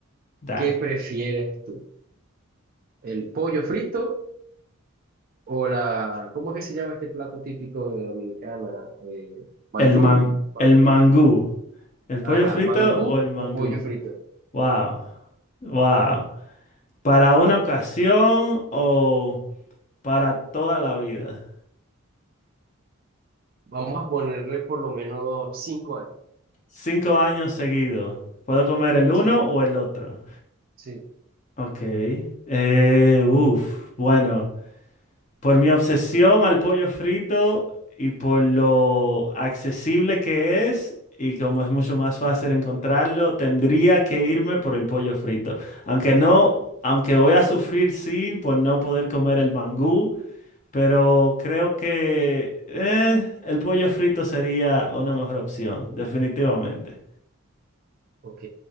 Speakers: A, on the left; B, on the right.
A: Dale.
B: ¿Qué prefieres tú? ¿El pollo frito? O la, ¿cómo es que se llama este plato típico de Dominicana? Eh, mayún.
A: El man,
B: Ma-
A: el mangú. ¿El pollo
B: Ajá,
A: frito
B: mangú
A: o el mangú?
B: o pollo frito.
A: Wow, wow. ¿Para una ocasión o para toda la vida?
B: Vamos a ponerle por lo menos cinco años.
A: Cinco años seguidos. ¿Puedo comer el uno
B: Sí,
A: o el otro?
B: sí.
A: Ok. Eh, uf, bueno, por mi obsesión al pollo frito y por lo accesible que es, y como es mucho más fácil encontrarlo, tendría que irme por el pollo frito. Aunque no, aunque voy a sufrir, sí, por no poder comer el mangú, Pero creo que eh, el pollo frito sería una mejor opción, definitivamente.
B: Ok,